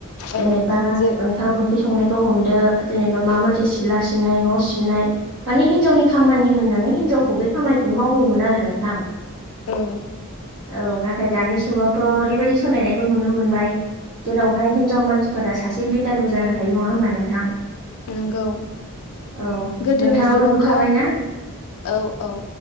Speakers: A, on the right; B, on the left.
A: जेनेबा
B: औ जे
A: ओंखाम ओंख्रि संनाय खौ हमदो जेनेबा माबा मोनसे सिला सिबनाय न' सिबनाय माने हिनजावनि खामानि होननानै हिनजावखौ बे खामानिखौ मावहयोमोन आरो नोंथां
B: औ
A: औ नाथाय दानि जुगावथ' ओरैबायाददि सोलायनायखौ नुनो मोनबाय जेरावहाय हिनजाव मानसिफोरा सासे लिदारबो जानो हायो नङा होमबा नोंथां
B: नोंगौ
A: औ
B: गोदोनि
A: नोंथाङाबो
B: जुगावथ'
A: नुखाबायना
B: औ औ